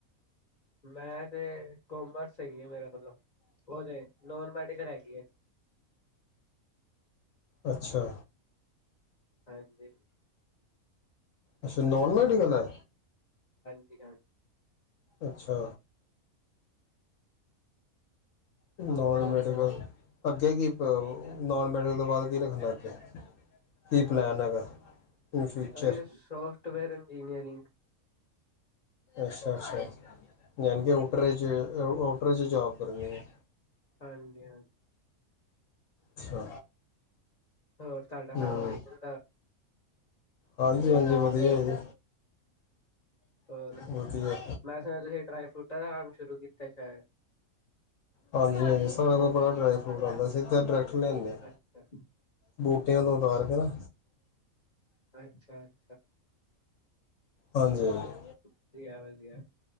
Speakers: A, on the left; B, on the left.
A: ਮੈਂ ਤੇ ਕੋਮਰਸ ਸਹੀ ਹੈ, ਮੇਰੇ ਮਤਲਬ ਉਹ ਤੇ ਨੋਨ ਮੈਡੀਕਲ ਹੈਗੀ ਹੈ।
B: ਅੱਛਾ।
A: ਹਾਂਜੀ।
B: ਅੱਛਾ ਨੌਨ ਮੈਡੀਕਲ ਐ।
A: ਹਾਂਜੀ।
B: ਅੱਛਾ। ਨੌਨ
A: ਹੋਰ
B: ਮੈਡੀਕਲ ਅੱਗੇ ਕੀ ਨੌਨ ਮੈਡੀਕਲ ਤੋਂ ਬਾਅਦ ਕੀ ਰੱਖਣਾ ਅੱਗੇ ਕੀ ਪਲੈਨ ਹੈਗਾ। ਇਨ ਫਿਊਚਰ
A: ਇਹ ਸੋਫਟਵੇਅਰ ਇੰਜੀਨੀਅਰਿੰਗ
B: ਅੱਛਾ- ਅੱਛਾ। ਜਾਨੀ ਕਿ
A: ਹਾਂਜੀ,
B: ਉੱਟਰੇ ਚ ਔਟਰੇ ਚ ਜੋਬ ਕਰਨੀ ਹੈ।
A: ਹਾਂਜੀ-ਹਾਂਜੀ।
B: ਅੱਛਾ।
A: ਹੋਰ ਤੁਹਾਡਾ
B: ਹੂੰ,
A: ਕੰਮ ਸਹੀ ਚੱਲਦਾ।
B: ਹਾਂਜੀ, ਹਾਂਜੀ ਵਧੀਆ ਜੀ।
A: ਹੋਰ
B: ਵਧੀਆ,
A: ਮੈਂ ਸੁਣਿਆ ਤੁਸੀਂ ਡਰਾਈ ਫਰੂਟਾਂ ਦਾ ਕੰਮ ਸ਼ੁਰੂ ਕੀਤਾ ਸ਼ਾਇਦ।
B: ਹਾਂਜੀ-ਹਾਂਜੀ ਸਾਡੇ ਕੋਲ ਡਰਾਈ ਫਰੂਟ ਆਂਦਾ ਸਿੱਧਾ ਡਾਇਰੈਕਟ ਲੈਂਦੇ ਆ
A: ਅੱਛਾ,
B: ਬੂਟਿਆਂ ਤੋਂ ਉਤਾਰ ਕੇ ਨਾ
A: ਅੱਛਾ-ਅੱਛਾ।
B: ਹਾਂਜੀ, ਹਾਂਜੀ।
A: ਵਧੀਆ- ਵਧੀਆ